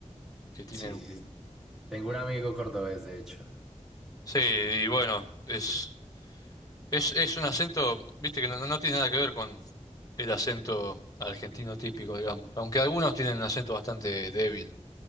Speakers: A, on the left; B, in the centre.
A: que tiene...
B: Sí,
A: un-
B: sí, sí. tengo un amigo cordobés, de hecho.
A: Sí, y bueno, es, es, es un acento, viste, que no, no no tiene nada que ver con el acento argentino típico, digamos. Aunque algunos tienen un acento bastante débil,